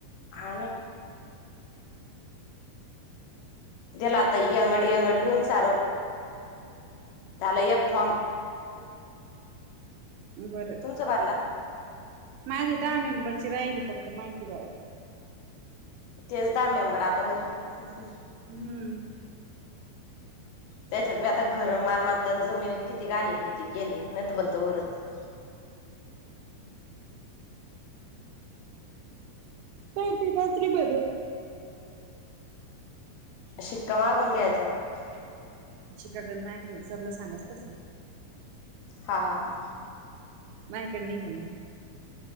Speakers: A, on the left (about 75°); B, on the right (about 80°).
A: हा ना गेला आता यंगड यंगड लिहून सारं. झाला एक फॉर्म.
B: बरं
A: तुमचा भरला
B: माझ दहा मेंबरची राहिली फक्त माहिती भरायची.
A: तेच दहा मेंबर आता भरले.
B: हम्म.
A: त्याच्यातबी आता घरं, मालमत्ता, अन् जमिनीत किती घाली किती गेली नाही तर म्हणातो तो वरच.
B: काय ते रात्री बदल?
A: शिक्का मागून घ्यायचा ना. <unintelligible>
B: शिका काय मायकड हिसाबला सांगायचं तसं.
A: हा हा हा.
B: माझ्याकडं नाही म्हणून.